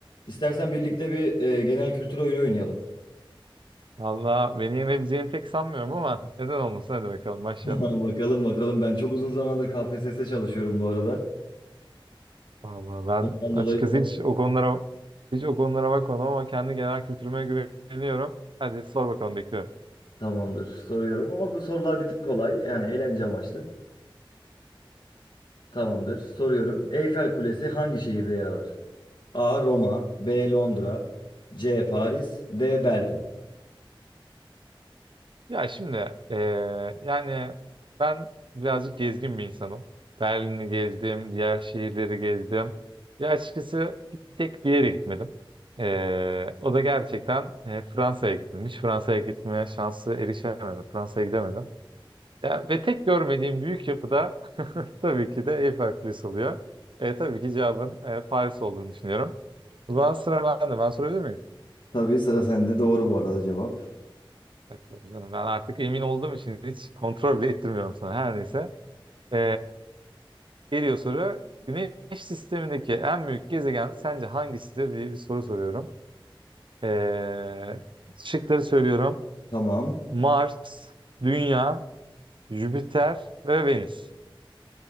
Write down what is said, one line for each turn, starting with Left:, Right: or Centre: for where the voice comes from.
Left: İstersen birlikte bir e, genel kültür oyunu oynayalım.
Right: Valla beni yenebileceğini pek sanmıyorum ama neden olmasın hadi bakalım başlayalım.
Left: <laughs> Bakalım bakalım. Ben çok uzun zamandır KPSS çalışıyorum bu arada.
Right: Valla ben
Left: Ondan
Right: açıkçası
Left: dolayı
Right: hiç o konulara hiç o konulara bakmadım ama kendi genel kültürüme güveniyorum. Hadi sor bakalım bekliyorum.
Left: tamamdır. Soruyorum ama bu sorular bir tık kolay. Yani eğlence amaçlı. Tamamdır. Soruyorum. Eyfel Kulesi hangi şehirde yer alır? A. Roma, B. Londra, C. Paris, D. Berlin.
Right: Ya şimdi eee, yani ben birazcık gezgin bir insanım. Berlin'i gezdim, diğer şehirleri gezdim. Ya açıkçası bir tek bir yere gitmedim. Eee, o da gerçekten eee, Fransa'ya gittim. Hiç Fransa'ya gitme şansı erişemedim. Fransa'ya gidemedim. Ya, ve tek görmediğim büyük yapıda <laughs> tabii ki de Eiffel Kulesi oluyor. E, tabii ki cevabın e, Paris olduğunu düşünüyorum. O zaman sıra bende. Ben sorabilir miyim?
Left: Tabii sıra sende. Doğru bu arada cevap.
Right: Evet, tabii canım. Ben artık emin olduğum için hiç kontrol bile ettirmiyorum sana. Her neyse. E, geliyor soru. Güneş sistemindeki en büyük gezegen sence hangisidir diye bir soru soruyorum. E, şıkları söylüyorum.
Left: Tamam.
Right: Mars, Dünya, Jüpiter ve Venüs.